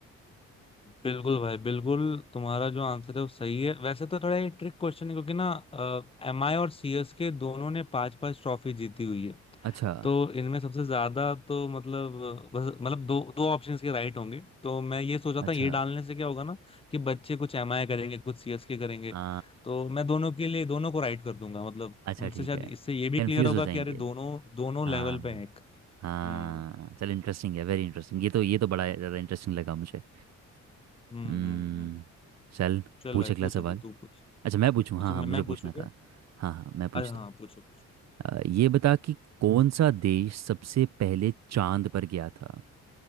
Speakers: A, on the left; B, on the right.
A: बिल्कुल भाई बिल्कुल तुम्हारा जो आंसर है वो सही है वैसे तो थोड़ा ये ट्रिक क्वेश्चन है क्योंकि ना एमआई और सीएसके दोनों ने पांच पांच ट्रॉफी जीती हुई है
B: अच्छा
A: तो इनमें सबसे ज्यादा तो मतलब अ, बस मतलब दो दो ऑप्शंस के राइट होंगे तो मैं ये सोचा
B: अच्छा
A: था ये डालने से क्या होगा ना कि बच्चे कुछ एमआई करेंगे कुछ सीएसके करेंगे
B: आ,
A: तो मैं दोनों के लिए दोनों को राइट कर दूंगा मतलब
B: अच्छा
A: उनसे
B: ठीक
A: शायद
B: है
A: इससे ये भी
B: कंफ्यूज
A: क्लियर होगा
B: हो जाएंगे
A: कि अरे दोनों दोनों
B: हाँ
A: लेवल पे हैं एक
B: हाँ
A: हम्म
B: चल इंटरेस्टिंग है वेरी इंटरेस्टिंग ये तो ये तो बड़ा ज़्यादा इंटरेस्टिंग लगा मुझे
A: हम्म
B: हम्म,
A: हम्म हम्म। हम्म।
B: चल
A: चल
B: पूछ
A: भाई
B: अगला
A: पूछ
B: सवाल
A: अभी तू पूछ
B: अच्छा मैं पूछूँ हाँ
A: अच्छा
B: हाँ
A: मैं
B: मुझे
A: मैं
B: पूछना
A: पूछू
B: था हाँ हाँ मैं पूछता
A: अरे हाँ पूछो पूछो
B: हूँ अ, ये बता कि कौन सा देश सबसे पहले चांद पर गया था